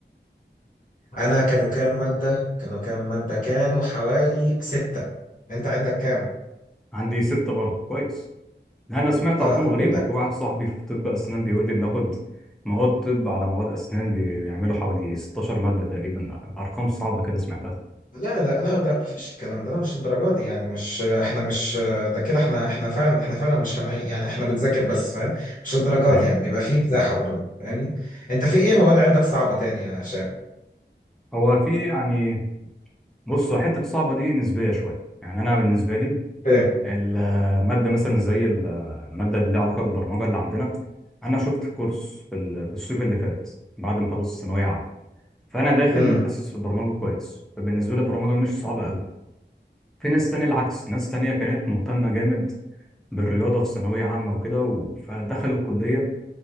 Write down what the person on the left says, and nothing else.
انا كانوا كام ماده كانوا كام ماده كانوا حوالي سته انت عندك كام
اه
طب
انت
لا لا لا لا مفيش الكلام ده لا، مش الدرجات دي يعني مش احنا مش ده كده احنا احنا فعلا احنا فعلا مش هنعيد يعني احنا بنذاكر بس فاهم مش الدرجات
دي يعني بيبقى فيه مساحه برضه فاهمني انت في ايه مواد عندك صعبه تانية يا هشام
ايه
امم